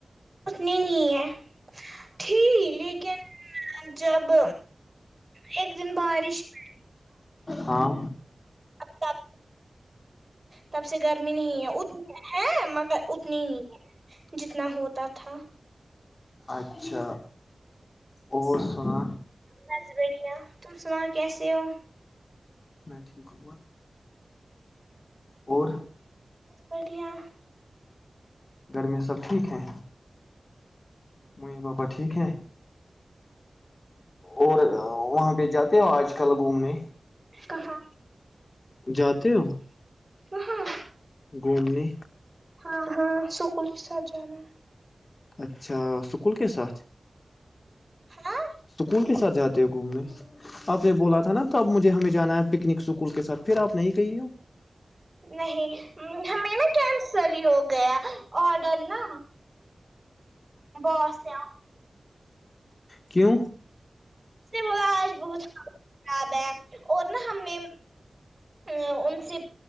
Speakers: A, on the right (about 35°); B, on the left (about 55°).
A: اتنی نہیں ہے تھی لیکن جب ایک دن بارش پ
B: ہاں
A: تب تب سے گرمی نہیں ہے اتنی ہے مگر اتنی ہی نہیں ہے جتنا ہوتا تھا
B: اچھا اور سنا
A: بس بڑیا تم سنا کیسے ہو
B: میں ٹھیک ہ اور
A: پٹیا
B: گھر میں سب ٹھیک ہے م بابا ٹھیک ہے اور وہاں پہ جاتے ہو آج کل گھومنے
A: کہاں
B: جاتے ہو
A: کہاں
B: گھومنے
A: ہاں ہاں سکول کے ساتھ جانا ہے
B: اچھا سکول کے ساتھ
A: ہاں
B: سکول کے ساتھ جاتے ہو گھومنے آپ نے بولا تھا نا اب مجھے ہمیں جانا ہے پکنک سکول کے ساتھ پھر آپ نہیں گئی ہو
A: نہیں ہمیں نا کینسل ہی ہو گیا آڈر نا بس لیا
B: کیوں
A: اس نے بولا آج بہت خراب ہے اور نہ ہم نے ا ان سے